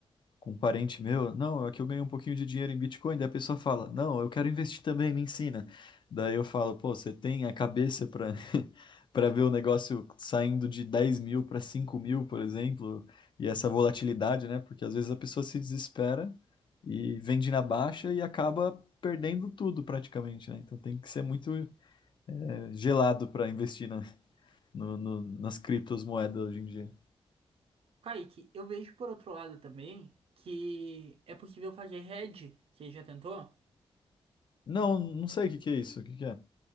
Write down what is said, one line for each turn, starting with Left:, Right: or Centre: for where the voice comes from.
Left: com um parente meu, não, aqui eu ganhei um pouquinho de dinheiro em Bitcoin, daí a pessoa fala, não, eu quero investir também, me ensina. Daí eu falo, pô, você tem a cabeça para <laughs> para ver o negócio saindo de 10 mil para 5 mil, por exemplo, e essa volatilidade, né? Porque às vezes a pessoa se desespera e vende na baixa e acaba perdendo tudo praticamente, né? Então tem que ser muito eh, gelado para investir no- no- nas criptomoedas hoje em dia.
Right: Kaique, eu vejo por outro lado também que é possível fazer hedge. Você já tentou?
Left: Não, não sei o que que é isso. O que que é?